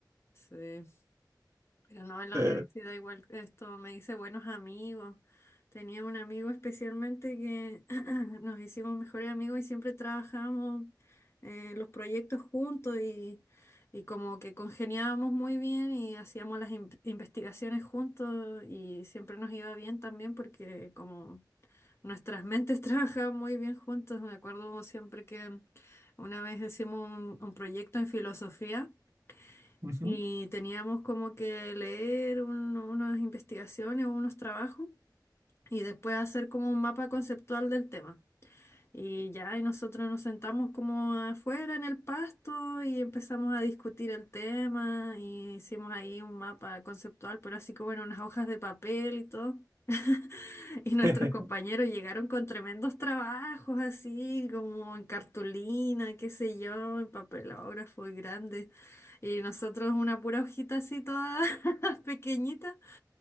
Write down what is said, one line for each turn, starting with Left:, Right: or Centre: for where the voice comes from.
Left: sí. Pero no, en la
Right: Eh,
Left: universidad igual esto me hice buenos amigos. Tenía un amigo especialmente que <clears throat> nos hicimos mejores amigos y siempre trabajamos en los proyectos juntos y, y como que congeniábamos muy bien y hacíamos las in- investigaciones juntos y siempre nos iba bien también porque como nuestras mentes <laughs> trabajaban muy bien juntos, me acuerdo siempre que una vez hicimos un un proyecto en filosofía
Right: ujú.
Left: y teníamos como que leer un- unas investigaciones o unos trabajos y después hacer como un mapa conceptual del tema. Y ya, y nosotros nos sentamos como afuera en el pasto y empezamos a discutir el tema y hicimos ahí un mapa conceptual, pero así como en unas hojas de papel y todo. <laughs> <laughs> Y nuestros
Right: <laughs>
Left: compañeros llegaron con tremendos trabajos así, como en cartulina, qué sé yo, en papelógrafo y grandes. Y nosotros una pura hojita así toda <laughs> pequeñita.